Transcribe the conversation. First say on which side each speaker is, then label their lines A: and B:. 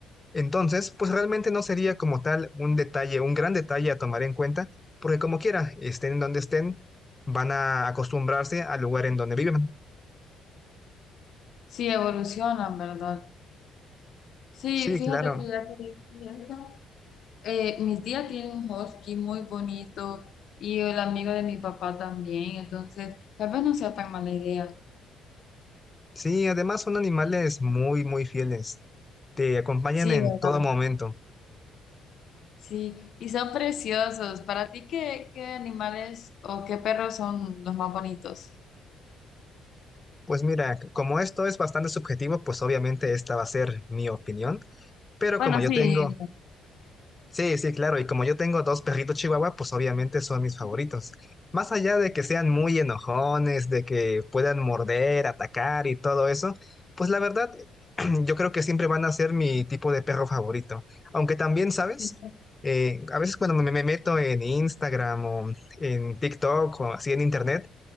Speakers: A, on the left; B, on the left.
A: Entonces, pues realmente no sería como tal un detalle, un gran detalle a tomar en cuenta, porque como quiera, estén donde estén, van a acostumbrarse al lugar en donde viven.
B: Sí, evolucionan, ¿verdad? Sí,
A: Sí,
B: fíjate
A: claro.
B: que ya que dije eso, eh, mi tía tiene un husky muy bonito y el amigo de mi papá también, entonces tal vez no sea tan mala idea.
A: Sí, además son animales muy, muy fieles. Te acompañan
B: Sí,
A: en
B: ¿verdad?
A: todo momento.
B: Sí, y son preciosos. ¿Para ti qué, qué animales o qué perros son los más bonitos?
A: Pues mira, como esto es bastante subjetivo, pues obviamente esta va a ser mi opinión, pero
B: Bueno,
A: como yo
B: sí.
A: tengo Sí, sí, claro. Y como yo tengo dos perritos chihuahua, pues obviamente son mis favoritos.
B: <laughs>
A: Más allá de que sean muy enojones, de que puedan morder, atacar y todo eso, pues la verdad, <clears throat> yo creo que siempre van a ser mi tipo de perro favorito. Aunque también, ¿sabes?
B: Sí.
A: Eh, a veces cuando me, me meto en Instagram o en TikTok o así en internet,